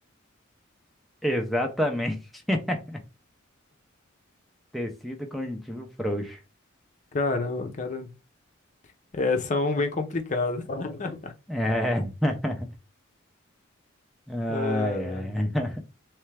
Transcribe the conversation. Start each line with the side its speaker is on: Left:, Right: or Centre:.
Centre: Exatamente. <laughs> Tecido conjuntivo frouxo.
Left: Caramba, cara. É, são bem complicadas. <laughs>
Centre: É. <laughs> Ai,
Left: Ah,
Centre: ai. <laughs>